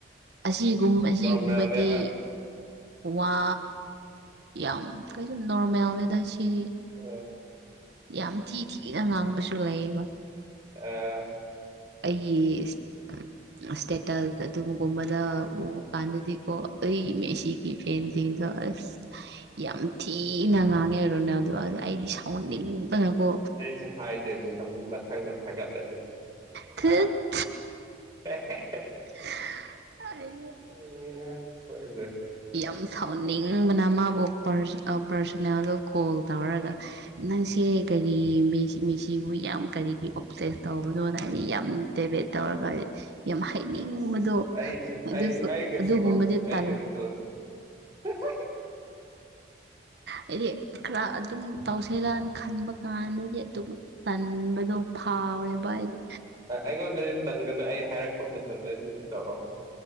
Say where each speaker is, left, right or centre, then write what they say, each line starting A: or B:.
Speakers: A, on the right; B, on the right.
A: ꯑꯁꯤꯒꯨꯝꯕ ꯑꯁꯤꯒꯨꯝꯕꯗꯤ
B: ꯅꯣꯔꯃꯦꯜꯅꯦꯕ
A: ꯋꯥ ꯌꯥꯝ ꯀꯩꯁꯨ ꯅꯣꯔꯃꯦꯜꯅꯤꯗ ꯁꯤ
B: ꯑ
A: ꯌꯥꯝ ꯊꯤ ꯊꯤꯅ ꯉꯥꯡꯕꯁꯨ ꯂꯩꯌꯦꯕ
B: ꯑꯥ
A: ꯑꯩꯁ
B: <inaudible>
A: ꯁ꯭ꯇꯦꯇꯜ ꯑꯗꯨꯒꯨꯝꯕꯗ ꯎꯕ ꯀꯥꯟꯗꯗꯤꯀꯣ ꯑꯩ ꯃꯦꯁꯤꯒꯤ ꯐꯦꯟ ꯁꯤꯡꯗꯣ ꯑꯁ ꯌꯥꯝ ꯊꯤꯅ ꯉꯥꯡꯉꯦ ꯔꯣꯅꯦꯜꯗꯣ ꯑꯩꯗꯤ ꯁꯥꯎꯟꯅꯤꯡꯗꯅꯀꯣ
B: ꯁꯦ ꯍꯥꯏꯗꯣꯏꯅꯦ ꯑꯃꯨꯛ ꯃꯊꯪꯗ ꯊꯥꯒꯠꯂꯗꯤ
A: <unintelligible>
B: ꯑ <unintelligible>
A: <unintelligible>
B: ꯑꯣ ꯁꯣꯏꯗꯦ
A: ꯌꯥꯝ ꯁꯥꯎꯅꯤꯡꯕꯅ ꯃꯥꯕꯨ ꯄꯔꯁꯣꯅꯦꯜꯗ ꯀꯣꯜ ꯇꯧꯔꯒ ꯅꯪꯁꯦ ꯀꯔꯤ ꯃꯦꯁꯤ ꯃꯦꯁꯤꯕꯨ ꯌꯥꯝ ꯀꯔꯤꯒꯤ ꯑꯣꯞꯁꯦꯁ ꯇꯧꯕꯅꯣ ꯑꯩꯅ ꯌꯥꯝ ꯇꯦꯕꯦꯠ ꯇꯧꯔꯒ ꯌꯥꯝ ꯍꯥꯏꯅꯤꯡꯕꯗꯣ
B: ꯑꯁ ꯑꯩꯁꯨ
A: ꯑꯗꯨꯁꯨ
B: ꯑꯩ ꯑꯩꯒꯁꯨ
A: ꯑꯗꯨꯒꯨꯝꯕꯗꯤ
B: ꯇꯧꯁꯦ
A: ꯇꯜꯂꯦ
B: <unintelligible>
A: ꯍꯥꯏꯗꯤ ꯈꯔ ꯑꯗꯨꯝ ꯇꯧꯁꯤꯔꯅ ꯈꯟꯕ ꯀꯥꯟꯗꯗꯤ ꯑꯗꯨꯝ ꯇꯟꯕꯗꯣ ꯐꯥꯎꯋꯦꯕ ꯍꯥꯏꯗꯤ
B: ꯑꯩꯉꯣꯟꯗꯗꯤ ꯇꯟꯒꯅꯨ ꯑꯩ ꯍꯥꯏꯔꯛꯄ ꯃꯇꯝꯗꯗꯤ ꯑꯗꯨꯝ ꯇꯧꯔꯛꯑꯣ